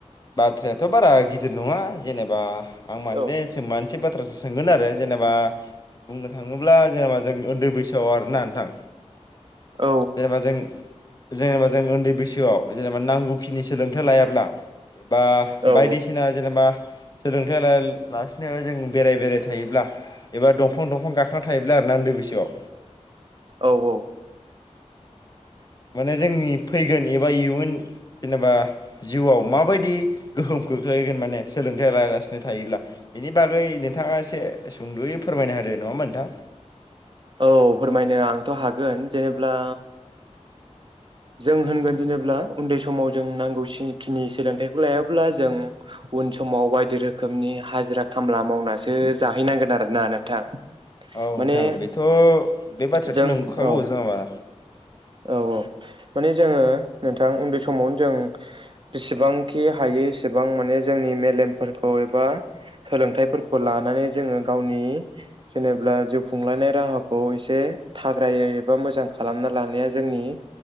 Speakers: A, on the left; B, on the right.
A: बाथ्रायाथ' बारा गिदिर नङा जेनेबा आं माने
B: औ
A: सोम मानसे बाथ्रा बाथ्रासो सोंगोन आरो जेनेबा बुंनो थाङोब्ला जेनेबा जों उन्दै बैसोआव आरोना नोंथां
B: औ
A: जेनेबा जों जेनेबा जों उन्दै बैसोआव जेनेबा नांगौ खिनि सोलोंथाइ लायाब्ला बा
B: औ
A: बायदिसिना जेनेबा सोलोंथाइ लाया लासिनो जों बेराय बेराय थायोब्ला एबा दंफां दंफां गाखोना थायोब्ला उन्दै बैसोआव
B: औ औ
A: माने जोंनि फैगोन एबा इयुन जेनेबा जिउआव माबायदि गोहोम खोख्लैगोन माने सोलोंथाइ लागासिनो थायोब्ला बिनि बागै नोंथाङा एसे सुंद'यै फोरमायनो होदो दे नङा होमबा नोंथां
B: औ फोरमायनो आंथ' हागोन जेनेब्ला
A: <inaudible>
B: जों होनगोन जेनेब्ला उन्दै समाव जों नांगौखिनि सोलोंथाइखौ लायाब्ला जों उन उन समाव बायदि रोखोमनि हाजिरा खामला मावनासो जाहैनांगोन आरोना नोंथां।
A: औ नोंथां
B: माने
A: बेथ' बे बाथ्रायाथ'
B: जों
A: नोंगौखागौ
B: औ
A: जेनेबा
B: औ औ माने जोङो नोंथां उन्दै सम समावनो जों बेसेबांखि हायो एसेबां माने जोंनि मेलेमफोरखौ एबा सोलोंथाइफोरखौ लानानै जोङो गावनि जेनेब्ला जिउ खुंलायनाय राहाखौ एसे थाग्रायै एबा मोजां खालामना लानाया जोंनि